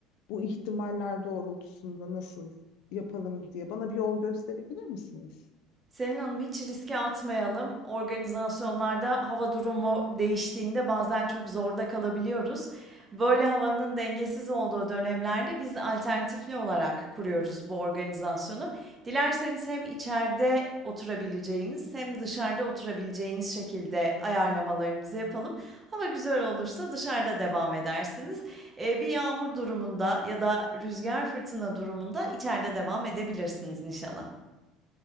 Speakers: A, on the left (about 70°); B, on the right (about 15°).
A: bu ihtimaller doğrultusunda nasıl yapalım diye. Bana bir yol gösterebilir misiniz?
B: Selin Hanım hiç riske atmayalım. Organizasyonlarda hava durumu değiştiğinde bazen çok zorda kalabiliyoruz. Böyle havanın dengesiz olduğu dönemlerde biz alternatifli olarak kuruyoruz bu organizasyonu. Dilerseniz hem içeride oturabileceğiniz hem dışarıda oturabileceğiniz şekilde ayarlamalarımızı yapalım. Hava güzel olursa dışarıda devam edersiniz. Eee, bir yağmur durumunda ya da rüzgar fırtına durumunda içeride devam edebilirsiniz nişana.